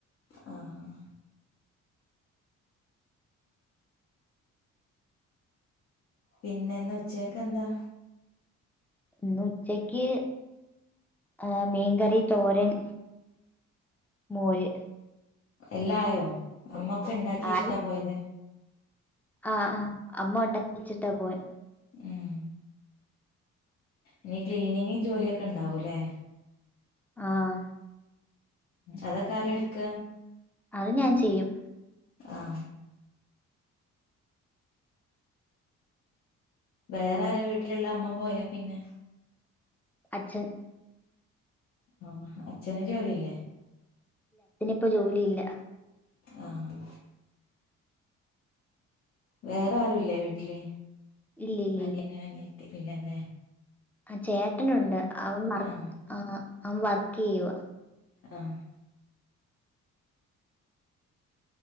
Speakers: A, on the left; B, in the centre.
A: ആഹ് പിന്നെന്ന് ഉച്ചേക്ക് എന്താ
B: ഇന്ന് ഉച്ചക്ക് ആ മീൻകറി, തോരൻ മോര്.
A: എല്ലായോ അമ്മ ഒക്കെ ഇണ്ടാക്കിയെച്ച്ട്ടാ
B: ആയി
A: പോയത്?
B: ആഹ് ആഹ് അമ്മ ഒണ്ടാക്കി വെച്ചിട്ടാ പോയെ
A: ഉം ഇനി ക്ലീനിങ് ജോലിയൊക്കെണ്ടാവൂല്ലേ?
B: ആഹ്
A: അതൊക്കെ ആരാ എട്ക്ക
B: അത് ഞാൻ ചെയ്യും.
A: ആഹ് വേറെ ആരാ വീട്ട്ല്ള്ളെ അമ്മ പോയാ പിന്നെ?
B: അച്ഛൻ
A: ആഹ് അച്ഛന് ജോലിയില്ലേ?
B: ഇപ്പൊ ജോലിയില്ല.
A: ആഹ്. വേറെ ആരുല്ലേ വീട്ടില്
B: ഇല്ല ഇല്ല
A: അനിയനോ അനിയത്തില്ലല്ലേ
B: ആഹ് ചേട്ടനുണ്ട്. അവൻ വർക്ക്
A: ആഹ്
B: ആ അവൻ വർക്കെയ്യുവാ.
A: ആഹ്